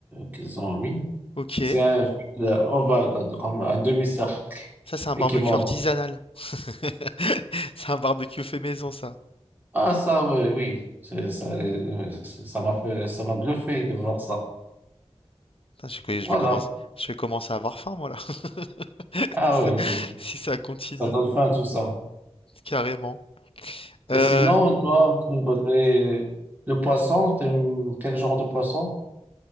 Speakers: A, on the right; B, on the left.
A: qu'ils ont mis.
B: OK.
A: C'est un fil ovale, euh, comme un demi-cercle
B: Ça, c'est un barbecue
A: et qui monte.
B: artisanal. <laughs> C'est un barbecue fait maison, ça.
A: Ah, ça, oui, oui. C'est- Ça, euh, ça m'a fait, ça m'a bluffé de voir ça.
B: Putain, je vais
A: Voilà.
B: je vais commencer, je vais commencer à avoir faim, moi, là, <laughs>
A: Ah
B: si ça,
A: oui, oui, oui.
B: si ça continue,
A: ça donne faim, tout ça.
B: carrément.
A: Et
B: Euh,
A: sinon, toi, tu bah, les- le poisson, t'aimes quel genre de poisson?